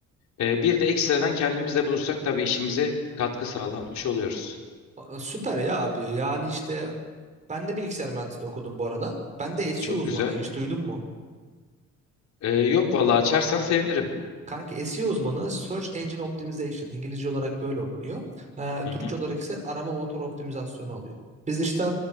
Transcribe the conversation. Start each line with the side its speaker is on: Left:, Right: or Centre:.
Left: E, bir de ekstradan kendimiz de bulursak tabii işimize katkı sağlanmış oluyoruz.
Right: Aa, Süper ya abi. Yani işte ben de bilgisayar mühendisliği okudum bu arada. Ben de SEO
Left: Çok
Right: uzmanıyım
Left: güzel.
Right: hiç duydun mu?
Left: E, yok vallahi açarsan sevinirim.
Right: Kanka SEO uzmanı Search Engine Optimization İngilizce olarak böyle okunuyor. Ee,
Left: Hı
Right: Türkçe
Left: hı.
Right: olarak ise arama motor optimizasyonu oluyor. Biz işte